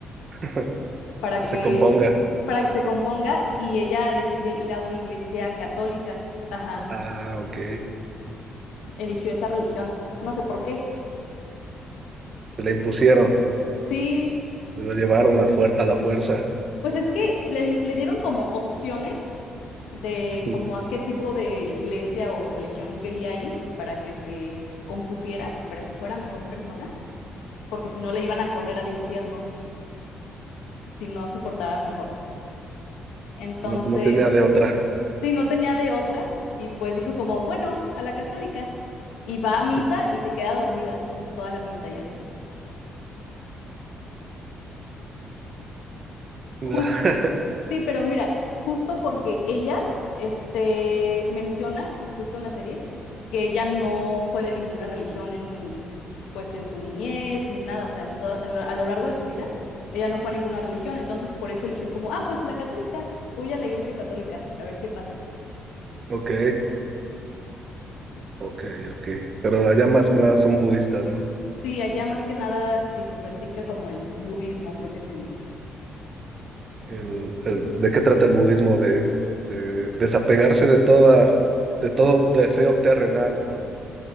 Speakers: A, on the right; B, on the left.
A: <laughs>
B: para
A: Que
B: que,
A: se componga.
B: para que se componga y ella decide ir a una iglesia católica. Ajá,
A: Ah, ok.
B: eligió esa religión, no sé por qué.
A: Se la impusieron,
B: Sí,
A: se la llevaron a, fuer- a la fuerza.
B: pues es que le, di- le dieron como opciones de
A: Ujú.
B: como a qué tipo de iglesia o religión quería ir para que se compusiera, para que fuera mejor persona, porque si no le iban a correr al infierno si no se portaba mejor. Entonces,
A: No, no tenía de otra.
B: Sí, no tenía de otra y pues dijo como, bueno, a la católica. Y va a misa
A: <laughs>
B: y se queda dormida toda la misa y así. Jus-
A: No. <laughs>
B: sí, pero mira, justo porque ella, este, menciona, justo en la serie, que ella no fue de ninguna religión en, pues en su niñez ni nada, o sea, en toda- en lo- a lo largo de su vida, ella no fue a ninguna religión, entonces por eso eligió como, ah, pues la católica, voy a la iglesia católica, a ver qué pasa.
A: Ok,
B: Sí.
A: ok, ok. Pero allá más que nada son budistas, ¿no?
B: Sí, allá más que nada sí se practica como el budismo, creo que se dice.
A: el- el- de qué trata el budismo, de, de desapegarse de toda, de todo deseo terrenal, ¿no?